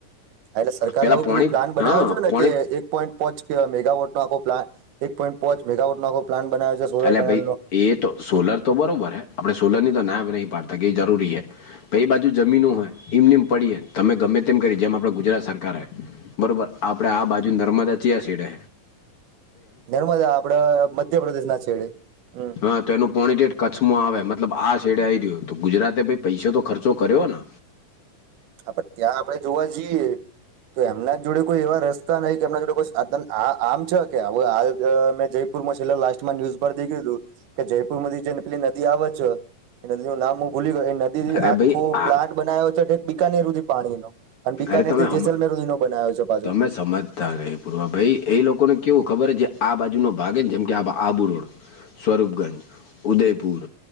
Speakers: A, on the right; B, on the left.
A: એટલે સરકારે
B: પેલા
A: એવું
B: પોણી
A: પેલું પ્લાન બનાવ્યો
B: હા
A: છે ને
B: પોણી
A: કે એક પોઈન્ટ પોચ મેગાવોટનો આખો પ્ન એક પોઈન્ટ પોચ મેગાવોટો આખો પ્નનાવે છે સોલર
B: અલે
A: પેનલ
B: ભાઈ
A: નો
B: એ તો સોલર તો બરોબર હ આપડણે સોલર ની તો ના નહી પાડતા કે એ જરૂરી છે તો એ બાજુ જમીનું હોય ઇમ નીમ પડીએ તમે ગમે તેમ કરી જેમ આપણે ગુજરાત સરકાર હો બરોબર આપડે આ બાજુ નર્મદા ચયા સીડે
A: નર્મદા આપડ મધ્યપ્રદેશ ના છેડે હમ
B: હ તો એનું પોણી ડેટ કચ્છમાં આવે મતલબ આ સેડે આવી રહ્યો તો ગુજરાતે ભાઈ પૈસ તો ખર્ચો કર્યો ને
A: હ પણ ત્યાં આપડણે જોવા જઈએ તો એમના જોડે કોઈ એવા રસ્તા નહી કે એમના જોડે કો આમ છે કે આવ હાલ મે જઈ પમાં લાસ ન્યૂઝ પર દેખું કે જયપુર માંથી જે લી નદી આવે છે એ નદી નું નામ હું ભૂલી ગયો નદી
B: અરે
A: આખો
B: ભાઈ આ
A: પ્લાન્ટ બનાવ્યો છે બીકાનેરુ થી પાણી ન અને બીકાાનેર
B: અરે તમે
A: થી
B: હમ
A: જેસલ મેરુદી નો બનાવ્યો છે પાછો
B: તમે સમજતા ર પૂરવા ભાઈ એ લોકોને કેવું ખબર જે આ બાજુ નો ભાગેને જેમ કે આબુ રોડ સ્વરૂપગંજ ઉદયપુર